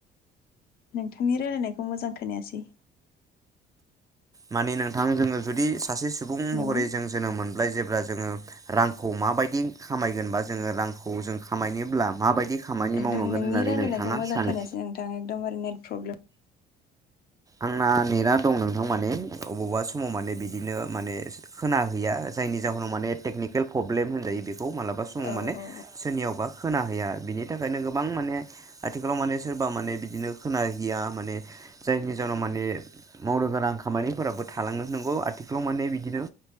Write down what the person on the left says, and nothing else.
नोंथांनि रायलायनायखौ मोजां खोनायासै।
हेलौ
हेल'
नोंनि
रायलायनायखौ
मोजां
खोनायासै नोंथाङा एकदमबारे नेट प्रब्लेम।
ओ
औ